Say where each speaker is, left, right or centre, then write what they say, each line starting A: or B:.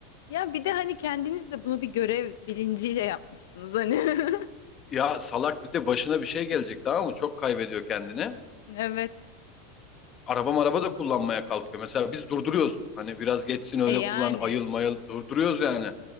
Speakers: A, on the left; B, on the left.
A: Ya bir de hani kendiniz de bunu bir görev bilinciyle yapmışsınız hani. <laughs>
B: Ya salak bir de başına bir şey gelecek tamam mı? Çok kaybediyor kendini.
A: Evet.
B: Araba araba da kullanmaya kalkıyor. Mesela biz durduruyoruz. Hani biraz geçsin öyle
A: E yani
B: kullan ayıl mayıl durduruyoruz yani.